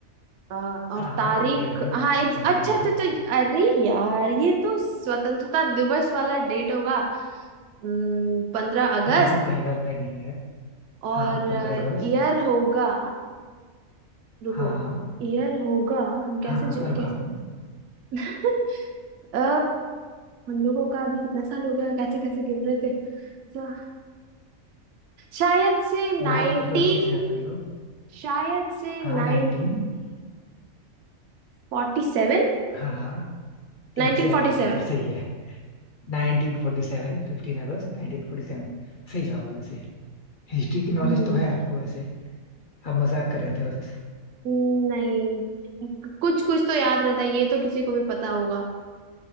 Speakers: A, on the right; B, on the left.
A: अ, और
B: हाँ हाँ
A: तारीख
B: ईयर में
A: हाँ एक
B: आजाद
A: अच्छा
B: हुआ
A: अच्छा
B: था
A: अच्छा अरे यार ये तो स्वतंत्रता दिवस वाला डेट होगा पंद्रह अगस्त
B: हाँ हाँ वही वाला डेट है
A: और
B: हाँ पंद्रह अगस्त
A: ईयर होगा रुको
B: हाँ
A: ईयर होगा हम कैसे
B: हाँ हाँ
A: ज-
B: रुका
A: कैसे
B: हूँ
A: <laughs> अ, हम लोगों का अभी कितना साल हो गया कैसे कैसे गिन रहे थे अच्छा, शायद से नाइनटीन
B: याद कर लो अच्छे से याद कर लो
A: शायद से
B: हाँ
A: नाइनटीन
B: नाइनटीन
A: फोर्टी सेवन
B: हाँ हाँ एग्जैक्ट
A: नाइनटीन फोर्टी
B: आंसर
A: सेवन
B: सही है 1947 15 अगस्त 1947 सही जवाब है वैसे हिस्ट्री की नॉलेज
A: हम्म,
B: तो है आपको वैसे आप मजाक कर रहे थे बस
A: नहीं कुछ कुछ तो याद रहता है ये तो किसी को भी पता होगा